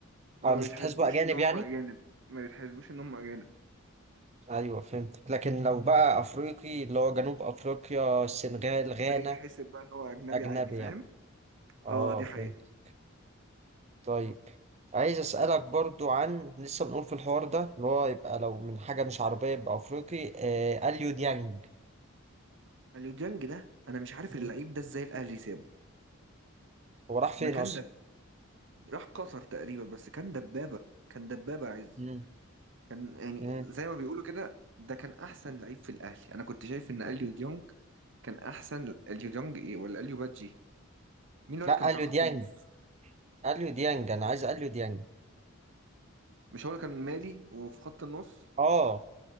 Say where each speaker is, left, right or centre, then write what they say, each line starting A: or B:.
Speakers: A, on the right; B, on the right.
A: ما
B: او مش
A: بيتحسبوش
B: بتحسبوا اجانب
A: ان هم
B: يعني
A: اجانب ما بيتحسبوش ان هم اجانب
B: ايوه فهمت لكن لو بقى افريقي اللي هو جنوب افريقيا السنغال غانا
A: ده يتحسب بقى ان هو اجنبي
B: اجنبي
A: عادي فاهم
B: يعني اه
A: اه دي حقيقة
B: فهمت طيب عايز أسألك برضو عن لسه بنقول في الحوار ده اللي هو يبقى لو من حاجة مش عربية يبقى أفريقي آه أليو ديانج
A: اليوديانج ده انا مش عارف
B: مم.
A: اللعيب ده ازاي الاهلي سابه
B: هو راح فين
A: ده كان
B: أصلا؟
A: دب راح قطر تقريبا بس كان دبابة كان دبابة عز
B: مم.
A: كان يعني
B: مم.
A: زي ما بيقولوا كده ده كان احسن لعيب في الاهلي انا كنت شايف ان اليو ديونج كان احسن اليو ديونج ايه ولا اليو بادجي مين هو
B: لا
A: اللي كان بتاع
B: أليو
A: خط
B: ديانج
A: النص
B: أليو ديانج أنا عايز أليو ديانج
A: مش هو اللي كان مالي وفي خط النص
B: آه